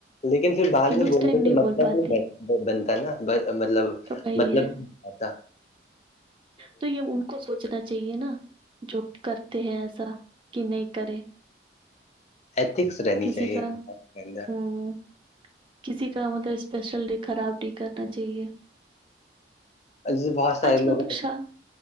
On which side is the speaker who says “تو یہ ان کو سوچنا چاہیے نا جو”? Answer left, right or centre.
Right